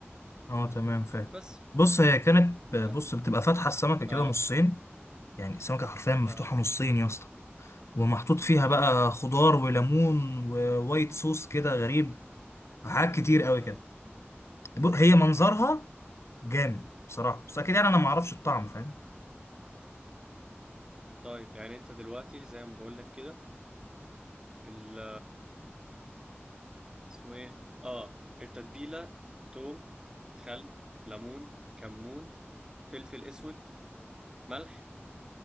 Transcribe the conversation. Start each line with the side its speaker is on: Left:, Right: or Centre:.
Left: اه تمام فاهم
Right: بس
Left: بص هي كانت بص
Right: هت...
Left: بتبقى فاتحة السمكة كده
Right: اه
Left: نصين يعني السمكة حرفيا مفتوحة
Right: اه
Left: نصين يا اسطى ومحطوط فيها
Right: اه
Left: بقى خضار وليمون ووايت صوص كده غريب حاجات كتير قوي
Right: اه
Left: كده ب- هي منظرها جامد بصراحة بس أكيد يعني أنا ما أعرفش الطعم فاهم
Right: طيب يعني انت دلوقتي زي ما بقول لك كده ال اسمه ايه اه التتبيله توم خل ليمون كمون فلفل اسود ملح